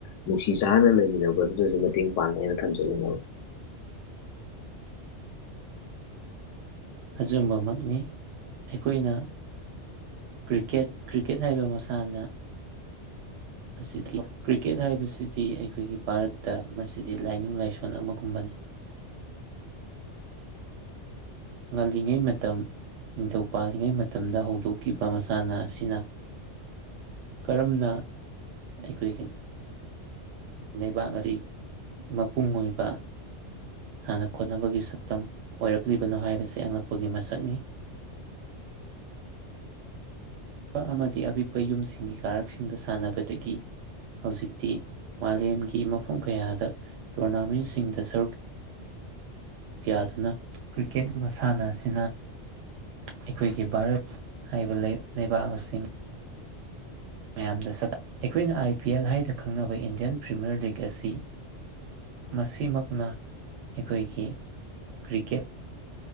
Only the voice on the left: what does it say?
ꯅꯨꯡꯁꯤ ꯆꯥꯟꯅꯅ ꯂꯩꯃꯤꯟꯅꯕ ꯑꯗꯨꯗꯁꯨ ꯃꯇꯦꯡ ꯄꯥꯡꯉꯦ ꯍꯥꯏꯅ ꯊꯝꯖꯒꯦ ꯃꯔꯨꯞ